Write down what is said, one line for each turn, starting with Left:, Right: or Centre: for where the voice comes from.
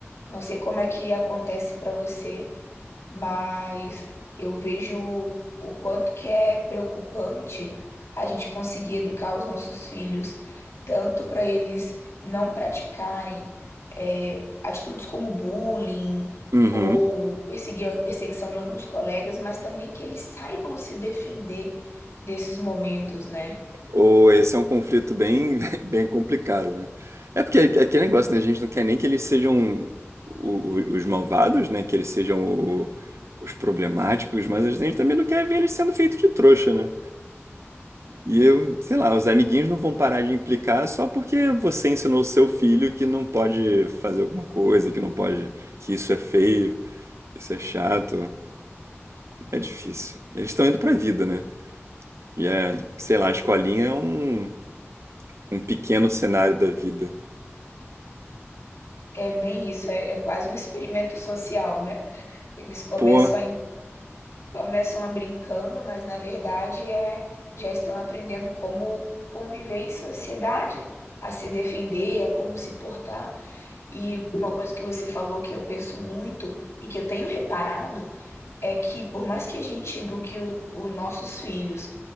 Left: Não sei como é que acontece para você, mas eu vejo o quanto que é preocupante a gente conseguir educar os nossos filhos, tanto para eles não praticarem é, atitudes como bullying
Right: Uhum.
Left: ou perseguir perseguição de alguns colegas, mas também que eles saibam se defender desses momentos, né?
Right: Ou esse é um conflito bem, <laughs> bem complicado, né? É porque é aquele negócio, né? A gente não quer nem que eles sejam o- o- os malvados, né? Que eles sejam o- os problemáticos, mas a gente também não quer ver eles sendo feitos de trouxa, né? E eu, sei lá, os amiguinhos não vão parar de implicar só porque você ensinou o seu filho que não pode fazer alguma coisa, que não pode, que isso é feio, isso é chato, é difícil. Eles estão indo pra vida, né? E é, sei lá, a escolinha é um, um pequeno cenário da vida.
Left: É bem isso, é, é quase um <laughs> experimento social, né? Eles começam
Right: Pô,
Left: a começam a brincando, mas na verdade é já estão aprendendo como conviver em sociedade, a se defender, a como se portar. E uma coisa que você falou que eu penso muito e que eu tenho reparado é que por mais que a gente eduque o- os nossos filhos